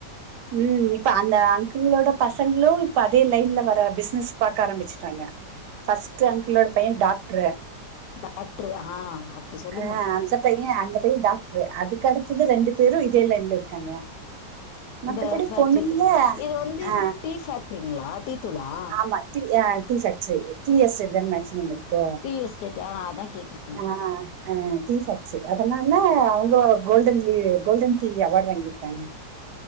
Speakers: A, on the right; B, on the left.
A: ம் இப்ப அந்த அங்குள்ளோட பசங்களு இப்ப அதே லைன்ல வர பிஸ்னஸ் பாக்க ஆரம்பிச்சுட்டாங்க ஃபர்ஸ்ட் அங்கிளோட பைய டாக்டரு
B: டாக்டரு ஆ அப்டி சொல்லுங்க
A: ஆ அந்த பைய அந்த பைய டாக்ட்ரு அதுக்கு அடுத்தது ரெண்டு பேரு இதே லைன்ல இருக்காங்க மத்தபடி
B: இந்த ஃபக்ட்ரிலி
A: பொண்ணுங்கள
B: இது வந்து
A: ஆ
B: டீ பேஃக்டரிங்களா டீ துளா
A: ஆமா டீ அ டீ பேஃக்டரி டீ எஸ்டேட் தான மேக்சிமம் இருக்கு
B: டீ எஸ்டேட்டா அதா கேக்குற
A: ஆ அ டீ ஃபேக்டரி அதனால அவங்க கோல்டன் லீ கோல்டன் டீ அவார்டு வாங்கியிருக்காங்க